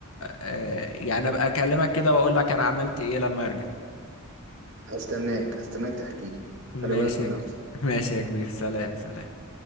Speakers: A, on the left; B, on the right.
A: آه، يعني ابقى اكلمك كده واقول لك انا عملت ايه لما ارجع
B: هستناك هستناك تحكي لي
A: ماشي
B: خلي بالك من
A: يا كبير
B: نفسك
A: ماشي يا كبير سلام سلام